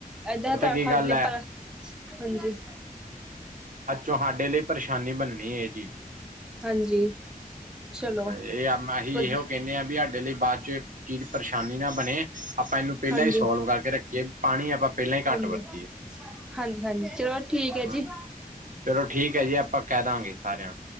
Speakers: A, in the centre; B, on the right.
A: ਏਦਾਂ
B: ਪਤਾ ਕੀ
A: ਸਾਡ
B: ਗੱਲ
A: ਲਈ
B: ਹੈ
A: ਪਰ, ਹਾਂਜੀ
B: ਤੁਹਾਡੇ ਲਈ ਪਰੇਸ਼ਾਨੀ ਬਣਨੀ ਹੈ ਜੀ।
A: ਹਾਂਜੀ ਚਲੋ
B: ਇਹ ਅਸੀਂ
A: ਵਧ
B: ਇਹੋ ਕਹਿੰਦੇ ਹਾਂ, ਵੀ ਸਾਡੇ ਲਈ ਬਾਅਦ 'ਚ ਚੀਜ਼ ਪਰੇਸ਼ਾਨੀ ਨਾ ਬਣੇ, ਆਪਾਂ ਇਹਨੂੰ ਪਹਿਲਾਂ
A: ਹਾਂਜੀ
B: ਹੀ ਸੋਲਵ ਕਰਕੇ ਰੱਖੀਏ। ਪਾਣੀ ਆਪਾਂ ਪਹਿਲਾਂ ਹੀ
A: ਹਾਂਜੀ,
B: ਘੱਟ ਵਰਤੀਏ
A: ਹਾਂਜੀ ਹਾਂਜੀ, ਚਲੋ ਠੀਕ ਹੈ
B: ਹਾਂਜੀ
A: ਜੀ।
B: ਚਲੋ ਠੀਕ ਹੈ ਜੀ, ਆਪਾਂ ਕਹਿ ਦਾਂਗੇ ਸਾਰਿਆਂ ਨੂੰ।